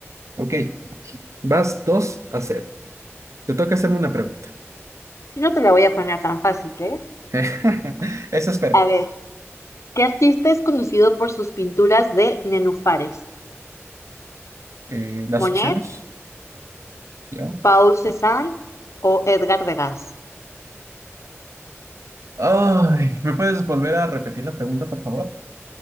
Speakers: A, on the right; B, on the left.
A: Ok, vas 2 a cero. Te toca hacerme una pregunta.
B: Y no te la voy a poner tan fácil, ¿eh?
A: <laughs> Eso espero.
B: A ver. ¿Qué artista es conocido por sus pinturas de nenúfares?
A: Eh, las
B: ¿Monet,
A: opciones, ya.
B: Paul Cézanne o Edgar Degas?
A: Ay, ¿me puedes volver a repetir la pregunta, por favor?